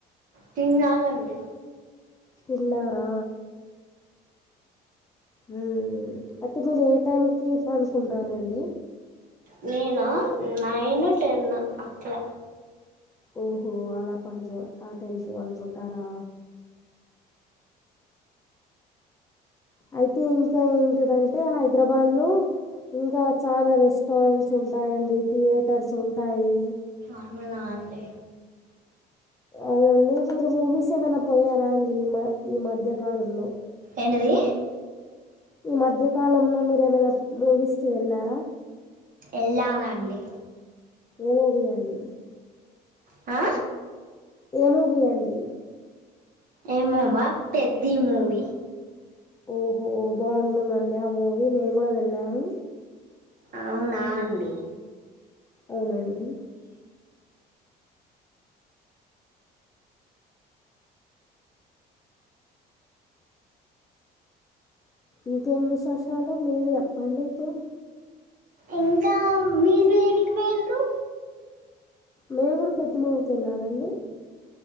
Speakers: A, on the right; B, on the left.
A: తిన్నానండి
B: తిన్నారా ఉమ్ అయితే మీరు ఏ టైంకి పండుకుంటారండి?
A: నేనా నైను, టెన్ను అట్లా
B: ఓహో అలా పడుకో ఆ టైంకీ పండుకుంటారా? అయితే ఇంక ఏంటిదంటే హైద్రాబాద్ లో ఇంకా చాలా రెస్టారెంట్స్ ఉంటాయండి, థియేటర్స్ ఉంటాయి.
A: నార్మలా అండి?
B: అవునండి మీరు మూవీస్ ఏమైనా పోయారా అండి, ఈ మ ఈ మధ్యకాలంలో
A: ఏంటిది
B: ఈ మధ్య కాలంలో మీరు ఏమైనా మూవీస్కి వెళ్ళారా?
A: ఎల్లామండి
B: ఏ మూవి అండి?
A: ఆ
B: ఏ మూవీ అండి?
A: ఏమో బా పెద్ది మూవీ.
B: ఓహో బాగుంటుందండి ఆ మూవీ, నేను వెళ్ళాను.
A: అవునా అండి
B: అవునండి ఇంకేం విశేషాలు మీరు ఎప్పండి ఐతే
A: ఇంకా మీరేడికి పోయిండ్రు
B: మేము గుడా పెద్ది మూవీకెళ్ళానండి.